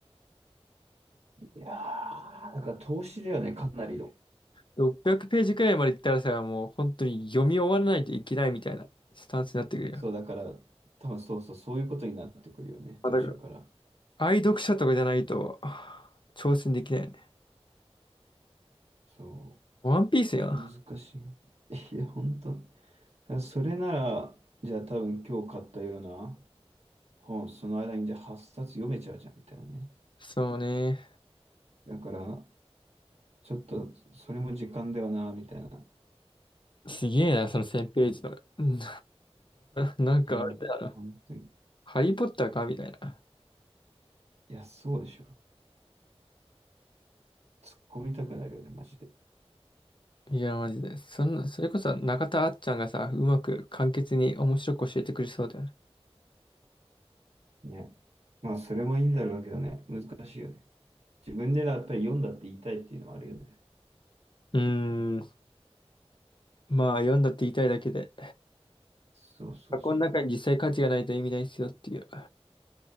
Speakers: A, on the right (about 80°); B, on the left (about 50°).
A: いやー、だから投資だよね、かなりの。
B: 600ページくらいまで行ったらさ、もう本当に読み終わらないといけないみたいなスタンスになってくるよ。
A: そう、だから、多分そうそう、そういうことになってくるよね、
B: まあ、
A: 途中から。
B: だから、愛読者とかじゃないと、はぁ挑戦できないよね。
A: そ
B: ワンピースよ
A: う、難しい。<laughs> いや、本当。だからそれなら、じゃあ多分今日買ったような本、その間にじゃあ8冊読めちゃうじゃん、みたいなね。
B: そうね。
A: だから、ちょっと、それも時間ではな、みたいな。
B: すげえな、その1000ページの。うんお <laughs> なんかあれだな。
A: いや、本当に。い
B: ハリーポッターかみたいな。
A: や、そうでしょ。突っ込みたくなるよね、マジで。
B: いや、マジで。そんな、それこそ中田あっちゃんがさ、うまく簡潔に面白く教えてくれそうだよね。
A: ね。まあ、それもいいんだろうけどね、難しいよね。自分でだ、やっぱり読んだって言いたいっていうのはあるよね。
B: うーん。まあ、読んだって言いたいだけで。
A: そうそうそう。
B: 箱の中に実際価値がないと意味ないっすよっていう。